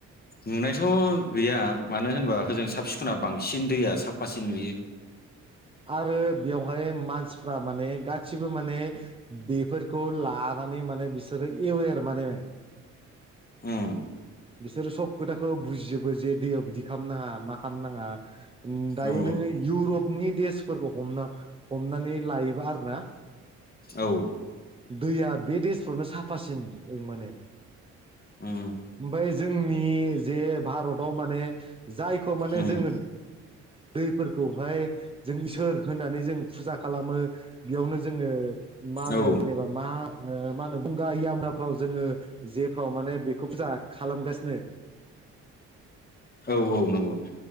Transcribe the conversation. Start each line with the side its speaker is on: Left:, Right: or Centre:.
Left: नुनायथ गैया मानो होनबा ओजों साब सिखुना बांसिन दैया साफासिन नुयो
Right: आरो बेवहाय मानसि फ्रा माने गासिबो बेफोर खालामनानै माने बिसो ओरै एवेर माने
Left: उम
Right: बिसोर सब खोथाखौ बुजिजोबो जे दैयाव बिदि खामनाङा मा खामनाङा दायो
Left: औ
Right: नोंङो इउरपनि देश फोरखौ हमना हमनानै लायोबा आरो ना
Left: औ
Right: दैया बे देसफ्रावनो साफासिन माने
Left: उम
Right: ओमफाय जोंनि जे भारताव माने जायखौ माने
Left: उम
Right: जोंङो दैफोरखौहाय जों इसोर होनानै जों फुजा खालामो बेयावनो जोंङो मानो
Left: औ
Right: जेनेबा मा ओ मा होनो गुंगा इयामुनाफ्राव जोंङो जेफ्राव माने बेखौ फुजा खालामगासिनो
Left: औ औ नंगौ